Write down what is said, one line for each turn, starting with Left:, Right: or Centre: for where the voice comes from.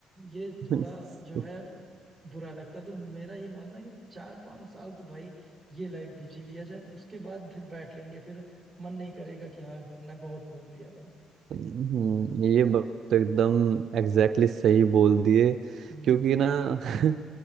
Centre: ये
Right: <laughs>
Centre: थोड़ा जो है
Right: <laughs>
Centre: बुरा लगता तो मेरा ये मानना है कि चार पांच साल तो भाई ये लाइफ बिजी लिया जाए फिर उसके बाद फिर बैठ लेंगे फिर मन नहीं करेगा कि हाँ घूमना है बहुत घूम लिया भाई
Right: हम्म, ये बात तो एकदम एग्जैक्टली exactly सही बोल दिए
Centre: हम्म
Right: क्योंकि ना <laughs>